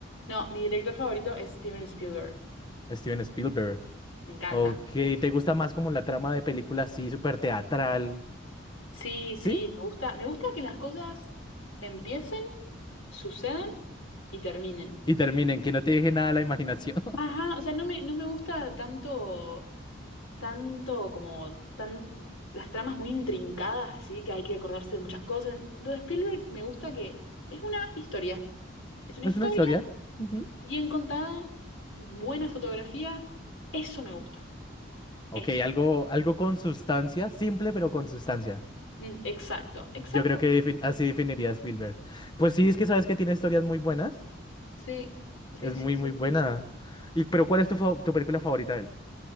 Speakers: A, on the left (about 80°); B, on the left (about 20°).
A: No, mi director favorito es Steven Spielberg.
B: Steven Spielberg.
A: Me encanta.
B: Ok, ¿te gusta más como la trama de película así, súper teatral?
A: Sí, sí,
B: ¿Sí?
A: me gusta. Me gusta que las cosas empiecen, sucedan y terminen.
B: Y terminen, que no te deje nada a la imaginación. <laughs>
A: Ajá, o sea, no me, no me gusta tanto, tanto como tan, las tramas muy intrincadas, así que hay que acordarse de muchas cosas. Lo de Spielberg me gusta que es una historia. Es una
B: Es
A: historia
B: una historia. Ujú.
A: bien contada, buena fotografía. Eso me gusta.
B: Ok,
A: Eso.
B: algo, algo con sustancia, simple pero con sustancia.
A: Mm, exacto, exacto.
B: Yo creo que defin- así definiría a Spielberg. Pues sí, es que sabes que tiene historias muy buenas.
A: Sí, sí,
B: Es
A: sí,
B: muy,
A: sí.
B: muy buena. Y, pero ¿cuál es tu, fa- tu película favorita de él?